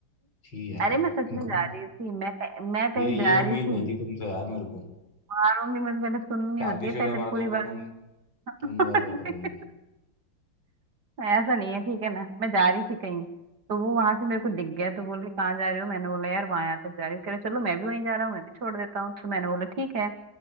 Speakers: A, on the left; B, on the right.
A: ठीक यार
B: अरे मैं सच में
A: तुम-
B: जा रही थी मैं मैं कहीं
A: ये ये
B: जा
A: उम्मीद
B: रही थी
A: नहीं थी तुमसे यार मेरे को
B: मारूंगी मैं पहले सुननी
A: शादीशुदा
B: होती है पहले
A: मर्दों
B: पूरी
A: पे तुम
B: बात
A: तुम वैसा करोगी
B: <laughs>
A: यार
B: ऐसा नहीं है ठीक है ना मैं जा रही थी कहीं तो वो वहां से मेरे को दिख गया तो बोले कहाँ जा रहे हो मैंने बोला यार वहां यहाँ तक जा रही हूँ कह रहे चलो मैं भी वहीं जा रहा हूँ मैं भी छोड़ देता हूँ तो मैंने बोला ठीक है